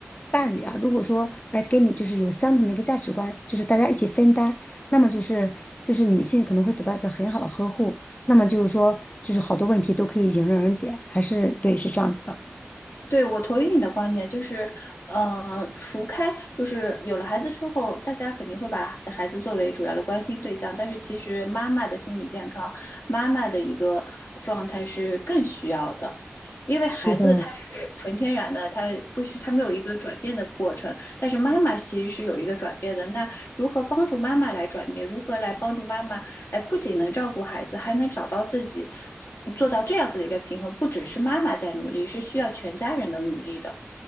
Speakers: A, on the left (about 35°); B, on the left (about 65°).
A: 伴侣啊，如果说哎跟你就是有相同的一个价值观，就是大家一起分担，那么就是就是女性可能会得到一个很好的呵护。那么就是说，就是好多问题都可以迎刃而解，还是对，是这样子的。
B: 对，我同意你的观点，就是，呃，除开就是有了孩子之后，大家肯定会把孩子作为主要的关心对象，但是其实妈妈的心理健康，妈妈的一个状态是更需要的，因为孩子他是纯天然的，
A: 对的，
B: 他不需他没有一个转变的过程，但是妈妈其实是有一个转变的。那如何帮助妈妈来转变？如何来帮助妈妈哎，不仅能照顾孩子，还能找到自己，做到这样子的一个平衡。不只是妈妈在努力，是需要全家人的努力的。